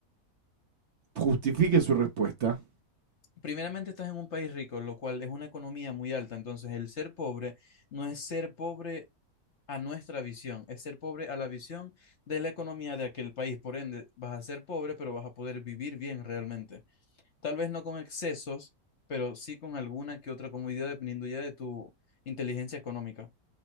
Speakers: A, on the right; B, on the left.
A: Justifique su respuesta.
B: Primeramente estás en un país rico, lo cual es una economía muy alta. Entonces, el ser pobre no es ser pobre a nuestra visión, es ser pobre a la visión de la economía de aquel país. Por ende, vas a ser pobre, pero vas a poder vivir bien realmente. Tal vez no con excesos, pero sí con alguna que otra comodidad dependiendo ya de tu inteligencia económica.